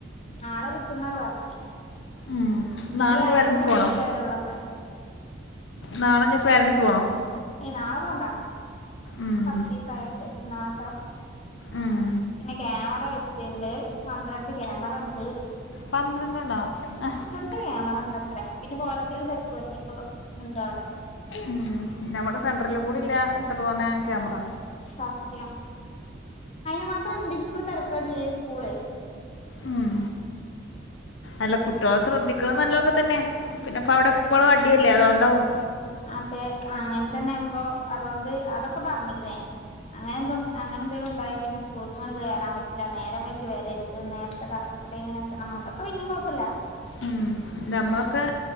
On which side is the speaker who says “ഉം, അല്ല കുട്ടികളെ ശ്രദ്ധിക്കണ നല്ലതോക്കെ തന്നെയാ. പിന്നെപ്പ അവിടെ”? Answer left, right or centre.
Left